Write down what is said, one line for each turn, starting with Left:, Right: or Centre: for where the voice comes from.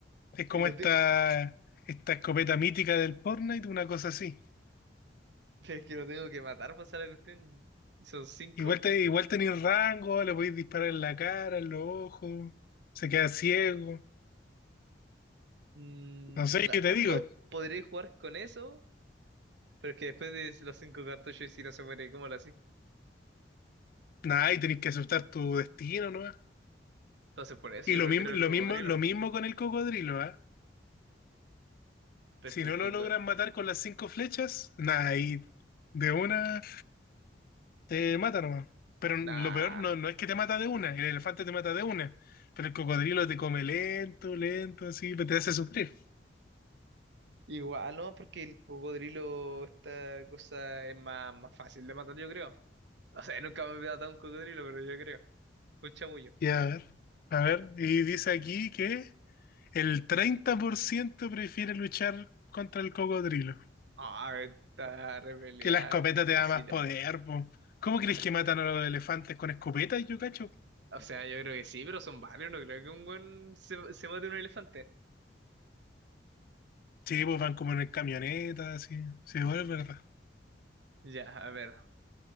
Left: Es como
Right: Y lo
Left: esta,
Right: te-
Left: esta escopeta mítica del Fortnite, una cosa así.
Right: es que lo tengo que matar para hacer la cuestión. Y son cinco.
Left: Igual, te, igual tenéis rango, le podéis disparar en la cara, en los ojos, se queda ciego.
Right: Mm,
Left: No sé,
Right: ah,
Left: qué te digo,
Right: po- podré jugar con eso, pero es que después de los cinco cartuchos, y si no se muere, ¿cómo lo así?
Left: nada, y tenéis que aceptar tu destino, ¿no?
Right: Entonces por eso
Left: Y
Right: yo
Left: lo
Right: prefiero
Left: mismo, lo
Right: el cocodrilo.
Left: mismo, lo mismo con el cocodrilo, ¿ah?
Right: Pero
Left: Si
Right: es que
Left: no
Right: el cocodrilo.
Left: lo logran matar con las cinco flechas, nada, ahí de una te mata nomás. Pero
Right: Nah.
Left: lo peor no, no es que te mata de una, el elefante te mata de una, pero el cocodrilo te come lento, lento, así, pero te hace sufrir.
Right: Igual, no, porque el cocodrilo, esta cosa es más, más fácil de matar, yo creo. O sea, nunca me he matado un cocodrilo, pero yo creo. Un chamullo.
Left: Y a ver, a ver, y dice aquí que el 30% prefiere luchar contra el cocodrilo,
Right: Ah, esta repeleada
Left: que la escopeta te da
Right: casi
Left: más
Right: nada.
Left: poder, po. ¿Cómo crees
Right: As-
Left: que matan a los elefantes con escopetas, yo cacho?
Right: O sea, yo creo que sí, pero son varios. No creo que un buen se, se mate un elefante.
Left: Sí, pues van como en camionetas, así, sí, bueno, es verdad.
Right: Ya, a ver.